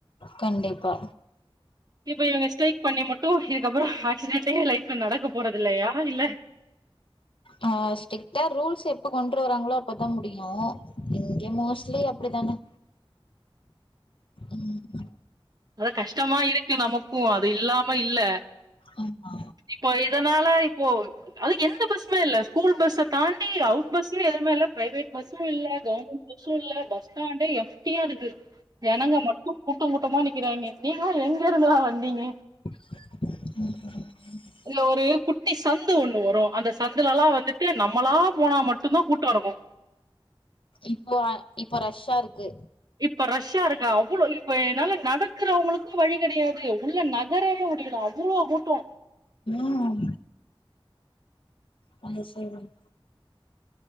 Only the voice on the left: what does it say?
கண்டிப்பா
ஆ ஸ்ட்ரிக்டா ரூல்ஸ எப்போ கொண்டு வராங்களோ அப்பதா முடியு இங்க மோஸ்ட்லி அப்டிதான ம்
ஆமா
ம்
இப்போ அ இப்போ ரஷ்ஷாருக்கு
ம் வந்து சேருங்